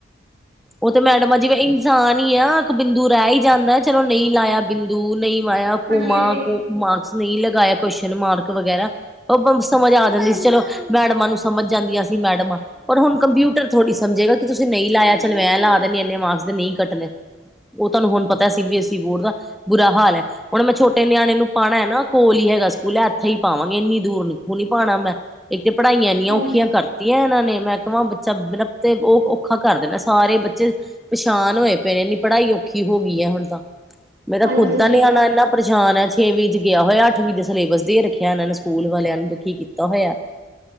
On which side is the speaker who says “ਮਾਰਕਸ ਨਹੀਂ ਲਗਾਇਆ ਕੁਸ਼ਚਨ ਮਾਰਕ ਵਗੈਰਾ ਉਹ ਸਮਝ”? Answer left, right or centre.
Centre